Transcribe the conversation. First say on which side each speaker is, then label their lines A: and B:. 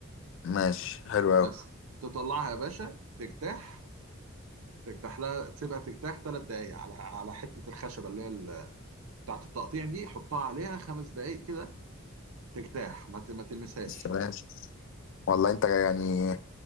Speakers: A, on the left; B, on the right.
A: ماشي حلو
B: بس
A: أوي
B: تطلعها يا باشا ترتاح ترتاح لها تسيبها ترتاح تلات دقايق على على حتة الخشبة اللي هي بتاعت التقطيع دي حطها عليها خمس دقايق كده ترتاح ما ت- ما تلمسهاش
A: السلام والله انت يعني